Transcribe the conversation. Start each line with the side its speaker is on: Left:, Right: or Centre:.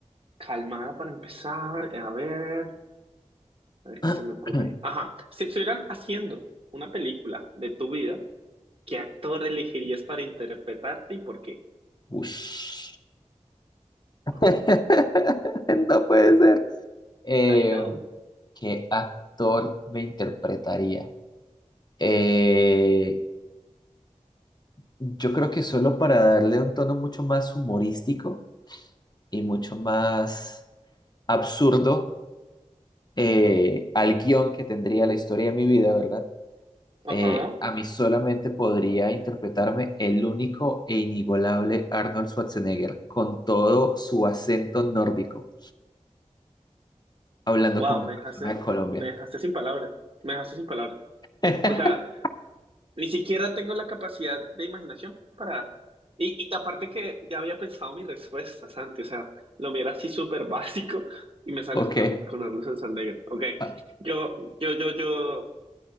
Right: calmada para empezar. eh, A ver, a ver qué
Left: <clears throat>
Right: se me ocurre. Ajá, si estuvieran haciendo una película de tu vida, ¿qué actor elegirías para interpretarte y por qué?
Left: Ush. <laughs>
Right: Ajá,
Left: No puede ser. Eh,
Right: I know.
Left: ¿qué actor me interpretaría? Eh, yo creo que solo para darle un tono mucho más humorístico y mucho más absurdo eh, al guión que tendría la historia de mi vida, ¿verdad?
Right: Ajá.
Left: Eh, a mí solamente podría interpretarme el único e inigualable Arnold Schwarzenegger con todo su acento nórdico, hablando
Right: Wow,
Left: como una
Right: me dejaste,
Left: persona de Colombia.
Right: me dejaste sin palabras. Me dejaste sin palabras.
Left: <laughs>
Right: O sea, Ni siquiera tengo la capacidad de imaginación para... Y, y aparte que ya había pensado mi respuesta, Santi, o sea, lo mío así súper básico y me sales
Left: Ok.
Right: con, con Ernesto Santander. Ok,
Left: Ah,
Right: yo, yo, yo, yo,